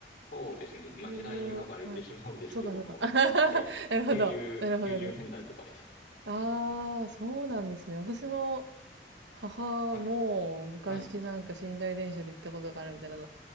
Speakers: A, on the left (about 60°); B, on the right (about 85°).
A: そうですね。
B: だいぶ、
A: まあ、時代がバレてしまうんですけども。
B: はい。そうか、そうか。<laughs>
A: え、
B: なるほど。
A: 90、
B: なるほどです。
A: 90年代とかです。
B: ああ、そうなんですね。
A: うん
B: 私の母も昔なんか寝台電車で行ったことがあるみたいなの
A: はい、はい、